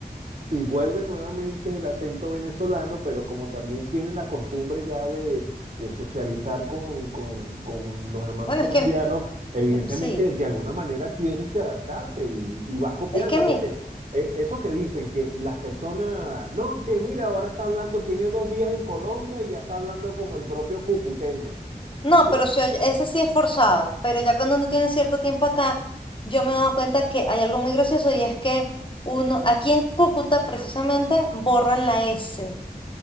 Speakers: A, on the right; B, on the left.
A: Y vuelve nuevamente el acento venezolano, pero como también tiene la costumbre ya de, de socializar con, con- con los hermanos
B: bueno,
A: colombianos,
B: es que
A: evidentemente
B: mm, sí,
A: de alguna manera tienes que adaptarte y, y vas copiando,
B: es que mi,
A: porque eh, eso que dicen que las personas, no, que mira, ahora está hablando, tiene dos días en Colombia y ya está hablando como el propio cucuteño.
B: No,
A: Bien.
B: pero se oye- ese sí es forzado, pero ya cuando uno tiene cierto tiempo acá, yo me he dado cuenta que hay algo muy gracioso y es que uno, aquí en Cúcuta precisamente, borran la S.